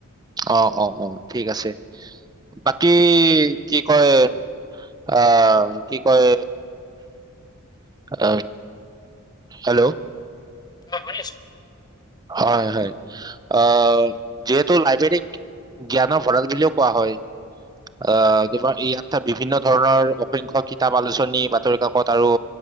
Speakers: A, on the right; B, on the left.
A: অ' অ' অ'! ঠিক আছে। বাকী, কি কয়! আঁ কি কয়! অ'! হেল্ল'?
B: অ'! শুনি আছোঁ।
A: হয়, হয়! আঁ যিহেতু, লাইব্ৰেৰীক জ্ঞানৰ ভঁৰাল বুলিও কোৱা হয়। আঁ <unintelligible> ইয়াত বিভিন্ন ধৰণৰ অসংখ্য কিতাপ, আলোচনী, বাতৰিকাকত আৰু